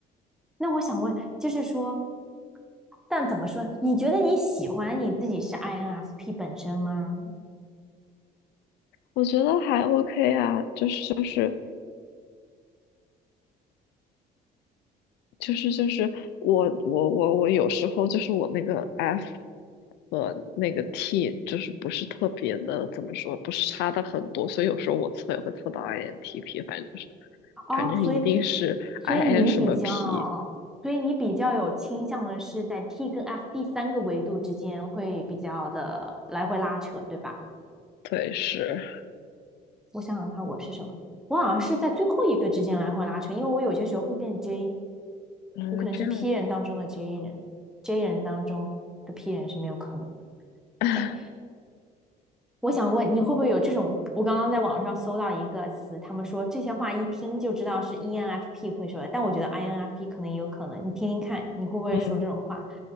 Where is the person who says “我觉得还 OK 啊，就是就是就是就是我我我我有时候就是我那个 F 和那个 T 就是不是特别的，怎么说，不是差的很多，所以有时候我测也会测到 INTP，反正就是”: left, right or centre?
Left